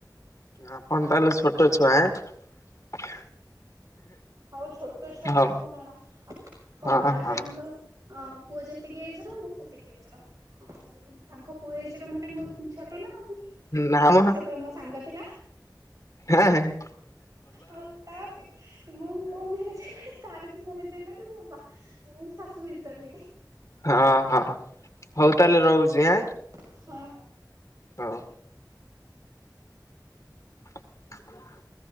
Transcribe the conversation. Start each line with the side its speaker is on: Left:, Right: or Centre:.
Left: ଆପଣ
Right: ଆଉ
Left: ତାହେଲେ ଛୋଟ
Right: କଣ
Left: ଛୁଆ ଆଁ
Right: ଆଉ ଛୋଟ ଛୁଆ
Left: ହଉ
Right: ନୁହିଁ ଆଉ କଣ ଆମ
Left: ହଁ
Right: ବଡ଼
Left: ହଁ
Right: ଯାଙ୍କ ଆଉ ପୁଅ ଯେତିକି ଏଜର ମୁଁ ସେତିକି ଏଜ ର ଆଉ ତାଙ୍କ ପୁଅ ଏଜ ର ମାନେ ମୋର <unintelligible>
Left: ନା ମ
Right: ସେ ପରା ମୋ ସାଙ୍ଗ ଥିଲା।
Left: <unintelligible>
Right: ଆଉ ତା ସେ ମୁଁ ମୋ ମ୍ୟାରେଜ୍ ହେଲାଣି। ତାର ବି ମରେଜ ହେଲାଣି ମୋବା ମୁଁ ଶାଶୁ ହେଇ ସାରିଲିଣି।
Left: ହଁ ହଁ ହଉ ତାହେଲେ ରହୁଛି ଆଁ?
Right: ହଁ ହଁ।
Left: ହଁ <inaudible>